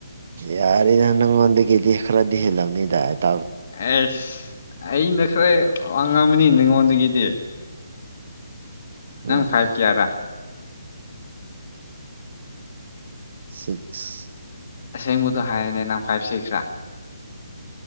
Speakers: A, on the right; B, on the left.
A: ꯌꯥꯔ ꯅ ꯅꯪꯣꯟꯗꯒꯗꯤ ꯑꯦꯈ꯭ꯔꯗꯤꯍꯂꯅꯤꯗ ꯇꯥꯎ
B: ꯑꯦꯁ ꯑꯩꯅ ꯈꯔ ꯋꯥꯡꯉꯝꯃꯅꯤ ꯅꯉꯣꯟꯗꯒꯤꯗꯤ
A: ꯎꯝ
B: ꯅꯪ ꯐꯥꯏꯚ ꯀꯤꯌꯥꯔꯥ
A: ꯎ
B: ꯑꯁꯦꯡꯕꯗꯣ ꯍꯥꯏꯔꯅꯦ ꯅꯪ ꯐꯥꯏꯚ ꯁꯤꯛꯁ ꯈꯔꯥ